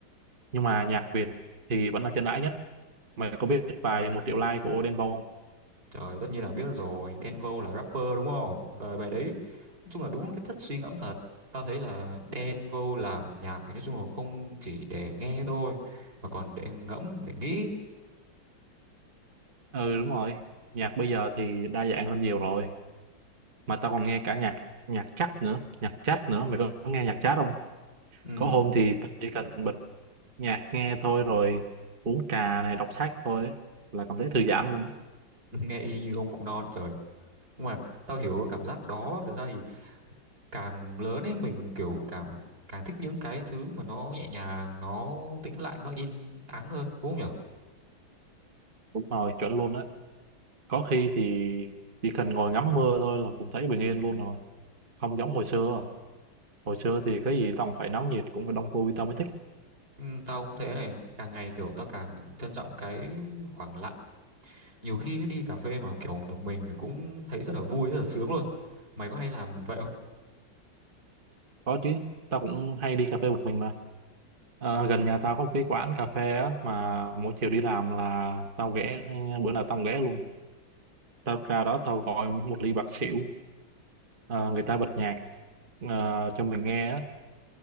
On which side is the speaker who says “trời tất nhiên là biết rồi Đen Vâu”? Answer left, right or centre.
Right